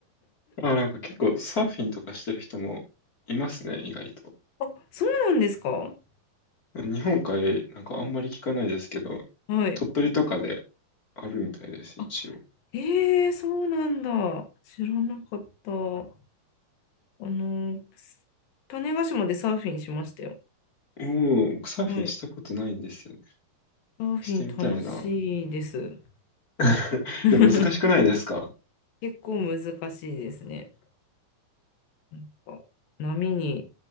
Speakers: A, on the left; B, on the left.
A: あ、なんか結構サーフィンとかしてる人もいますね、意外と。
B: あ、そうなんですか
A: 日本海、なんかあんまり聞かないですけど、
B: はい。
A: 鳥取とかであるみたいです、
B: あ、
A: 一応。
B: ええそうなんだ。知らなかった。あの、種子島でサーフィンしましたよ。
A: おう、僕サーフィンしたことないんですよね。
B: はい。サーフィン楽しいです。
A: してみたいな。<laughs>
B: <laughs>
A: でも難しくないですか
B: 結構難しいですね。なんか波に